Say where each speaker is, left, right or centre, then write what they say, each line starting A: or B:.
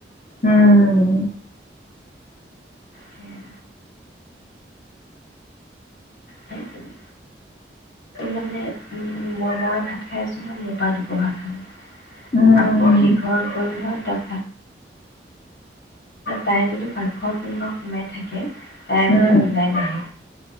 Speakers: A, on the left; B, on the left.
A: উম
B: সেয়া সেই তেনে মানে মই মই ভাত খাই আছোঁ ন মোৰ পৰা দুপৰহা খালো
A: উম
B: আকৌ সিঘৰত গৈ নহয় তাত তাই যদি পাকঘৰত কোনোবা সোমাই থাকে তাই
A: উম
B: মানে ওলাই নাহে